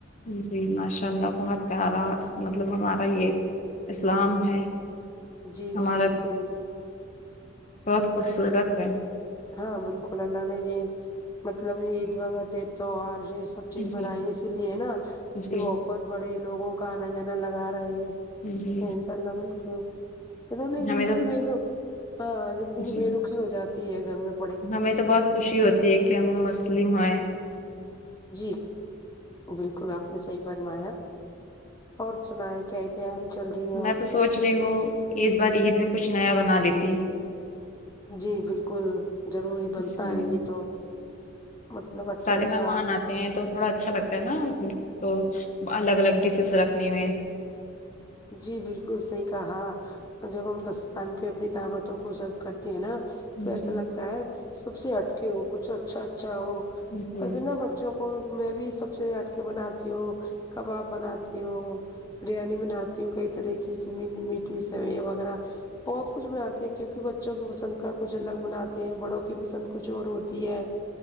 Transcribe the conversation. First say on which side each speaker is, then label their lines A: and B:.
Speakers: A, on the left; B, on the left.
A: جی ماشاء اللہ بہت پیارا مطلب ہمارا یہ اسلام ہے
B: جی
A: ہمارا
B: جی بالکل
A: بہت خوبصورت ہے
B: ہاں بالکل اللہ نے جی مطلب عید وہ تہوار یہ سب چیز
A: جی
B: بنائی ہے اسی لیے نا اس سے
A: جی
B: محبت بڑھے لوگوں کا انا جانا لگا رہے
A: جی
B: تلمن کی زندگی
A: ہمیں تو
B: بے رخ ہاں زندگی
A: جی
B: بے رکھی ہو جاتی ہے سمت
A: ہمیں تو بہت خوشی ہوتی ہے کہ ہم مسلم ہیں
B: جی بالکل اپ نے صحیح فرمایا اور سنا ہے کیائی تیاری چل رہی ہے
A: میں
B: اور
A: تو سوچ رہی ہووں اس بار عید میں کچھ نیا بنا لیتی
B: جی بالکل ضروری بنتا
A: اس میں
B: ہے یہ تو مطلب اچھا
A: سارے
B: اچھا
A: مہمان آتے ہیں تو تھوڑا اچھا لگتا ہے نا تو الگ الگ ڈشس <unintelligible>
B: جی بالکل صحیح کہاں جب ہم دستان پہ اپنی دعوتوں کو سرو کرتے ہیں نا تو
A: جی
B: ایسا لگتا ہے سب سے ہٹکے ہو کچھ اچھا اچھا ہو
A: جی
B: ویسے نا بچوں کو میں بھی سب سے ہٹک بناتی ہوں کباب بناتی ہوں بریانی بناتی ہوں کئی طرح کی میٹھی میٹھی سویاں وغیرہ بہت کچھ بناتے ہیں کیوںکہ بچوں کی پسند کا کچھ الگ بناتے ہیں بڑوں کی پسند کچھ اور ہوتی ہے